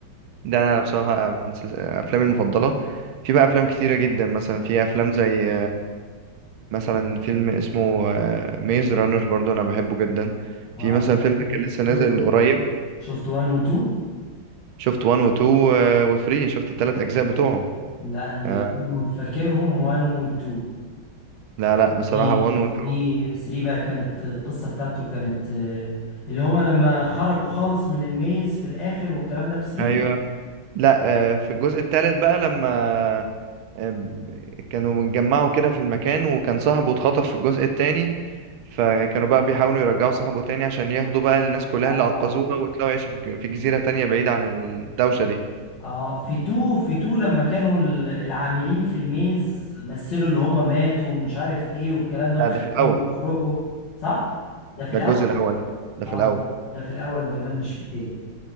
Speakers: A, on the right (about 85°); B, on the left (about 60°).
A: ده انا بصراحه من سلس- افلامي المفضله في بقى افلام كتيره جدا مثلا في افلام زي مثلا فيلم اسمه ميز رانر برضو انا بحبه جدا
B: اه
A: في مثلا فيلم كان لسه نازل
B: شفت
A: قريب
B: شفت 1 و 2
A: شفت 1 و 2 و 3 شفت الثلاث اجزاء بتوعه
B: لا انا اللي
A: آه،
B: فاكرهم 1 و 2
A: لا لا بصراحة
B: 3
A: 1 و 2
B: 3 3 بقى كانت القصه بتاعته كانت آه، اللي هما لما خرجوا خالص من الميز في الاخر والكلام ده في 3
A: ايوه لا آه، في الجزء الثالث بقى لما آه، كانوا متجمعوا كده في المكان وكان صاحبه اتخطف في الجزء الثاني فكانوا بقى بيحاولوا يرجعوا صاحبه تاني عشان ياخدوا بقى الناس كلها
B: اه
A: اللي انقذوها ويطلعوا يعيشوا في ج- في جزيرة تانية بعيدة عن الدوشة دي
B: اه في 2 في 2 لما كانوا ال- العاملين في الميز مثلوا اللي هما ماتوا ومش عارف ايه والكلام ده
A: لا
B: وخلوهم
A: ده في الاول
B: يخرجوا صح ده في
A: ده
B: الاول
A: الجزء الاول لا ده
B: اه
A: في الاول
B: ده ده في الاول كمان مش في التاني